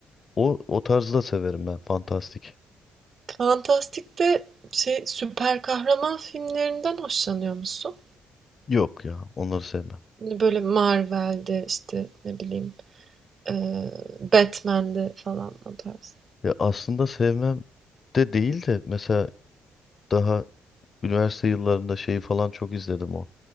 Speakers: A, on the left; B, on the right.
A: O o tarzı da severim ben. Fantastik.
B: Fantastik'te şey süper kahraman filmlerinden hoşlanıyor musun?
A: Yok ya, onları sevmem.
B: Hani Böyle Marvel'de işte ne bileyim eee Batman'de falan o tarz.
A: Ya aslında sevmem de değil de mesela daha üniversite yıllarında şeyi falan çok izledim o.